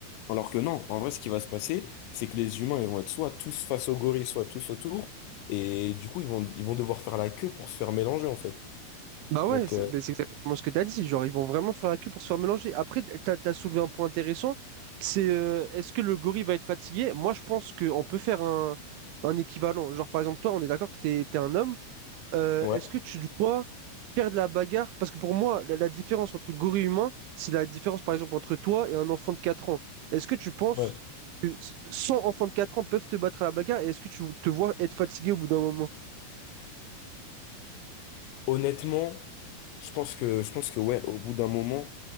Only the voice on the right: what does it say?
Bah ouais,
c'est
mais c'est exactement ce que tu as dit. Genre, ils vont vraiment faire la queue pour se faire mélanger. Après, tu as, soulevé un point intéressant. C'est euh, est-ce que le gorille va être fatigué? Moi, je pense qu'on peut faire un, un équivalent. Genre, par exemple, toi, on est d'accord que tu es un homme. Euh,
est-ce que tu dois faire de la bagarre, parce que pour moi, la, la différence entre gorille humain, c'est la différence, par exemple, entre toi et un enfant de 4 ans. Est-ce que tu penses
que 100 enfants de 4 ans peuvent te battre à la bagarre et est-ce que tu te vois être fatigué au bout d'un moment?